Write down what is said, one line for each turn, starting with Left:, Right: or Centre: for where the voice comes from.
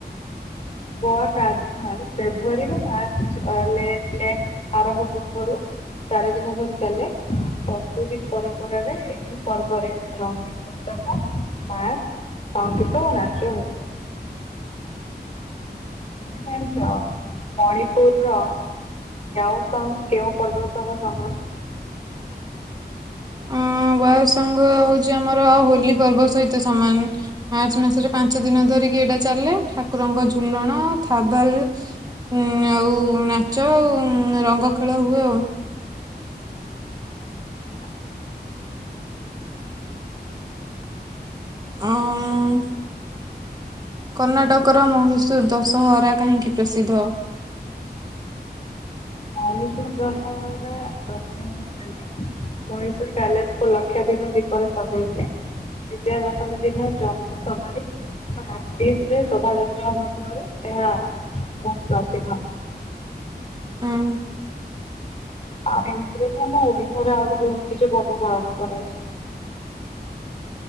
Left: ଗୋଆ କାର୍ନିଭାଲ୍ ଫେବୃରୀରୁ ମାର୍ଚ୍ଚ ଲେ ଲେନ୍ ଆରମ୍ଭ ପୂର୍ବରୁ ଚାରି ଦିନ ଧରି ଚାଲେ, ପର୍ତୁଗିଜ ପରମ୍ପରାରେ, ଏହି ପର୍ବରେ ରଙ୍ଗୀନ୍ ପୋତାକା, ବାର୍କ ସଂଙ୍ଗୀତ ଓ ନାଚ ହୁଏ। ଏଲେନ୍ଞ୍ଚ। ମଣିପୁରର ୟସହ କେଉଁ ପର୍ବ ସହ ସମାନ?
Right: ଅଁ ବୟସଙ୍ଗ ହଉଛି, ଆମର ହୋଲି ପର୍ବ ସହିତ ସମାନ। ମାର୍ଚ୍ଚ ମାସରେ ପାଞ୍ଚ ଦିନ ଧରିକି ଏଇଟା ଚାଲେ, ଠାକୁରଙ୍କ ଝୁ ଝୁଲଣ, ଥାବାଲ୍, ଆଉ, ନାଚ ଆଉଁ ଉଁ ରଙ୍ଗ ଖେଳ ହୁଏ ଆଉ।
Left: ହଁ
Right: ଆଉଁ କର୍ଣ୍ଣାଟକର ମହୀଶୂର୍ ଦଶହରା କାହିଁକି ପ୍ରସିଦ୍ଧ?
Left: ମହୀଶୂର୍ ଦଶହରା ଦଶ ଦିନ ପାଇଁ ଚାଲେ। ମହୀଶୂର୍ ପ୍ୟାଲେସ୍ କୁ ଲକ୍ଷାଧିକ ଦୀପରେ ସଜାଇଥାଏ। ବିଜୟା ଦଶମୀ ଦିନ ଜନ୍ମୁ ସବାରୀ ପାଟିସ୍ ରେ ଶୋଭାଯାତ୍ରା ହଉଥିବାରୁ ଏହା ବହୁତ ପ୍ରସିଦ୍ଧ।
Right: ଉଁ।
Left: ଆଉ, ଏମିତିରେ ବି ଆମ ଓଡିଶାରେ ଆଉରି ବହୁତ କିଛି ପର୍ବ ପାଳନ କରାଯାଏ।